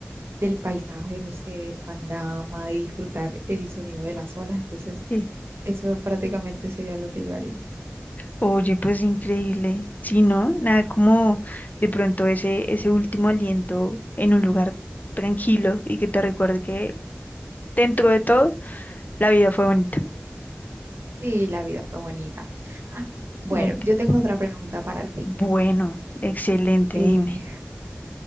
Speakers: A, on the right (about 75°); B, on the left (about 45°).
A: del paisaje, no sé, del panorama, y disfrutar el sonido de las olas. Entonces,
B: sí.
A: eso prácticamente sería lo que yo haría.
B: Oye, pues increíble. Sí, ¿no? Nada como de pronto ese, ese último aliento en un lugar tranquilo y que te recuerde que dentro de todo la vida fue bonita.
A: Sí, la vida fue bonita. Bueno,
B: Me encanta.
A: yo tengo otra pregunta para ti.
B: Bueno, excelente,
A: Eh,
B: dime.